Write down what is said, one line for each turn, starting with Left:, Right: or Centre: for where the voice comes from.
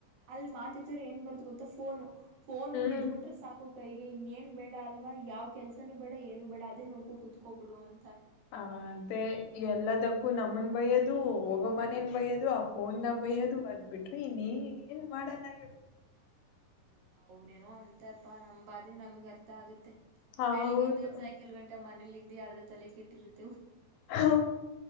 Right: ಅಲ್ ಮಾತತಿ್ರರು ಏನ್ ಬಾರದು ಗೊತ್ತಾ ಫೋನು ಫೋನ್
Left: ಹ್ಮ್
Right: ಒಂದ ಇದ್ಬ ಬಿಟ್ರೆ ಸಾಕು ಕೈಗೆ ಇನ್ನೇನ್ ಬೇಡ ಅಲ್ವಾ ಯಾವ ಕೆಲ್ಸನು ಬೇಡ ಏನು ಬೇಡ ಅದೇ ನೋಡ್ಕೋ ಕುತ್ಕೋಬಿಡು ಅನ್
Left: ಹಾದೆ ಎಲ್ಲದಕ್ಕೂ ನಮನ್ ಬಯೋದು ಹೋಗೋ ಮನೇನ್ ಬಯೋದು ಆ ಫೋನ್ ನ ಬಯೋದು ಅದ್ ಬಿಟ್ರೆ ನೀ ಏ ಏನ್ ಮಾಡಲ್ಲ ಇವರು
Right: ಯ ಅವ್ರೇನೋ ಅಂತಪ್ಪ ನಂಬಾದೆ ನಮಗ್ ಅರ್ಥ ಆಗತ್ತೆ
Left: ಹೌದು
Right: ಬೆಳಿಗ್ಗೆಯಿಂದ ಸಾಯಂಕಾಲ ಗಂಟ ಮನೇಲ್ಲ ಇದಿದ್ದಿ ಅರ್ಧ ತಲೆ ಕೆಟ್ಟಿರುತ್ತ
Left: ಹಾ